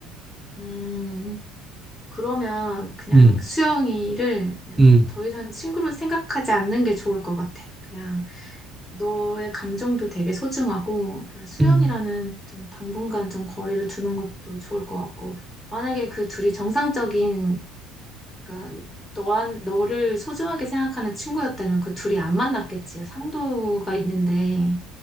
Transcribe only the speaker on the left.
음. 그러면 그냥
수영이를 그냥
더 이상 친구로 생각하지 않는 게 좋을 것 같아. 그냥 너의 감정도 되게 소중하고, 그냥 수영이라는
좀 당분간 좀 거리를 두는 것도 좋을 것 같고, 만약에 그 둘이 정상적인 그러니까 너한 너를 소중하게 생각하는 친구였다면 그 둘이 안 만났겠지. 상도가 있는데.